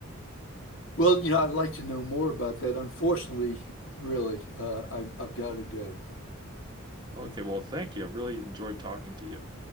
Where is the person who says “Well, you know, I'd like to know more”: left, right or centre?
Left